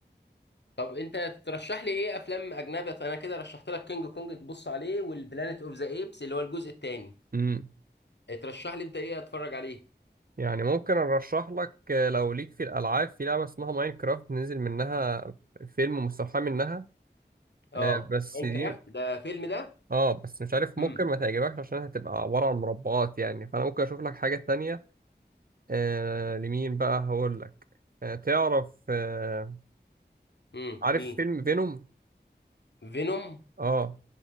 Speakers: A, on the left; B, on the right.
A: طب انت ترشح لي ايه افلام اجنبي انا كده رشحت لك كينج كونج تبص عليه والبلانيت اوف ذا ايبس اللي هو الجزء الثاني
B: امم
A: ترشح لي انت ايه اتفرج عليه
B: يعني ممكن ارشح لك آه، لو ليك في الالعاب في لعبه اسمها ماينكرافت نزل منها فيلم مستوحى منها
A: اه
B: آه، بس
A: ماينكرافت
B: دي
A: ده فيلم ده
B: اه بس مش عارف ممكن
A: امم
B: ما تعجبكش عشان هتبقى عبارة عن مربعات يعني فانا ممكن اشوف لك حاجة تانية آه لمين بقى هقول لك آه تعرف آه
A: امم
B: عارف
A: مين
B: فيلم فينوم
A: فينوم
B: اه